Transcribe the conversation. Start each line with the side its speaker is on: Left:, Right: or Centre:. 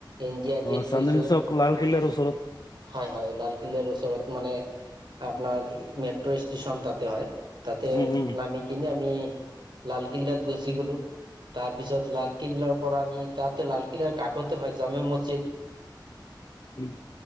Right: ইণ্ডিয়া গেট
Left: অ চান্দনী
Right: গৈছো,
Left: চক লালকিল্লাৰ ওচৰত
Right: হয়। হয়, লালকিল্লাৰ ওচৰত মানে, আপোনাৰ মেট্ৰ' ষ্টচন তাতে হয়। তাতে
Left: উম উম
Right: নামি কিননে আমি লালকিল্লাত গুচি গলো। তাৰ পিছত লালকিল্লাৰ পৰা আমি তাতে লাল কিলাৰ কাষতে হয়, জামে মজিদ
Left: উম।